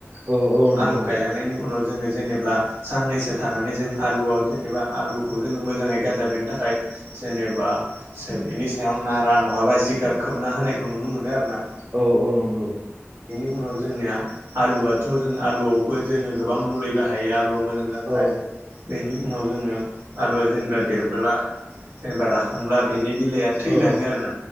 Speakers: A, on the right; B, on the right.
A: औ औ नंगौ
B: आलु गायलांनायनि उनाव जोङो जेनेब्ला साननैसो थानानै जों आलुआव जेनेबा आलुखौ जोङो मोजाङै गाजा बेरनो थाखाय जेनेबा से बेनि सायाव नारा नङाबा जिगाब खोबना होनायखौ नुनो मोनो आरो ना
A: औ औ नंगौ
B: उनाव जोंनिया आलुआथ' जों आलुआवबो जोङो गोबां मुलै बाहायो आलुआव मोजां जानो थाखाय
A: औ
B: बेनि उनाव जोङो आलुआ जेनेबा देरबोला जेनेबा राखांब्ला बेनि बिलाइआ थैलाङो
A: औ
B: आरोना